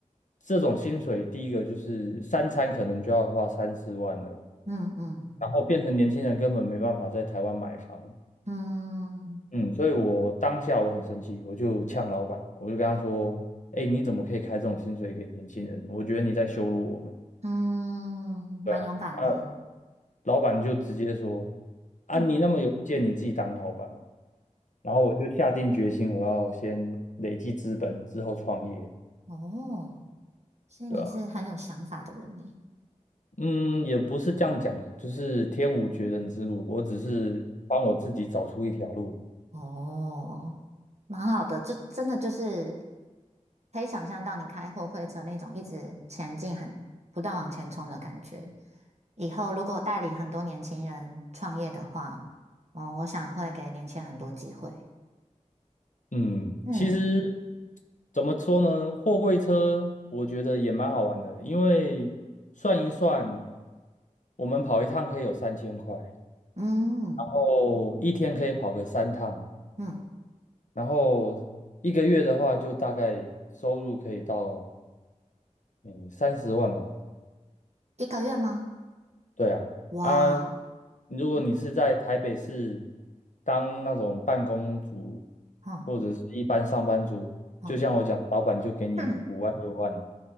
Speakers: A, on the left (about 70°); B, on the right (about 55°).
A: 这种薪水，第一个就是三餐可能就要花三四万了，
B: 嗯嗯
A: 然后变成年轻人根本没办法在台湾买房。
B: 嗯
A: 嗯，所以我当下我很生气，我就呛老板，我就跟他说：“哎，你怎么可以开这种薪水给年轻人？我觉得你在羞辱我们。”
B: 嗯，
A: 对啊。
B: 蛮勇敢的耶。
A: 啊，老板就直接说：“啊，
B: <clears throat>
A: 你那么有意见，你自己当老板嘛。”然后我就下定决心，我要先累积资本，之后创业，
B: 哦，所以你是很有想法的人呢。
A: 对啊，嗯，也不是这样讲啊，就是天无绝人之路，我只是帮我自己找出一条路。
B: 哦，蛮好的，这真的就是可以想象到你开货柜车那种一直前进、很不断往前冲的感觉。以后如果带领很多年轻人创业的话，哦，我想会给年轻人很多机会。
A: 嗯，
B: 嗯
A: 其实怎么说呢？货柜车我觉得也蛮好玩的，因为算一算，我们跑一趟可以有三千块，然
B: 嗯
A: 后一天可以跑个三趟，
B: 嗯，
A: 然后一个月的话，就大概收入可以到嗯三十万吧。
B: 一个月吗？
A: 对啊，
B: 哇，
A: 啊，如果你是在台北市
B: 嗯
A: 当那种办公族
B: 嗯
A: 或者是一般上班族，
B: 嗯，
A: 就像我讲的，老板就给你五万六万，
B: <laughs> 哼